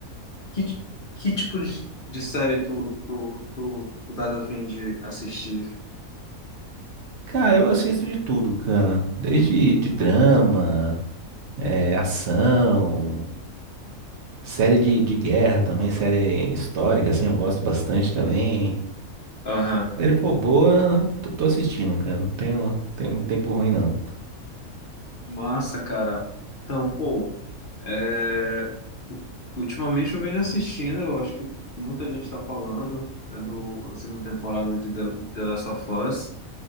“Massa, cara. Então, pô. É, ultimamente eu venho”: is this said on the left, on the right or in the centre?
Left